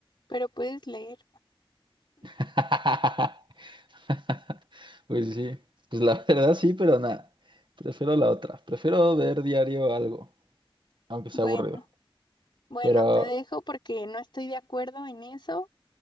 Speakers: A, on the left (about 55°); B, on the right (about 55°).
A: pero puedes leer.
B: <laughs> <laughs> Pues sí, pues la verdad sí, pero nada, prefiero la otra. Prefiero ver diario algo, aunque
A: Bueno,
B: sea aburrido.
A: bueno,
B: Pero
A: te dejo porque no estoy de acuerdo en eso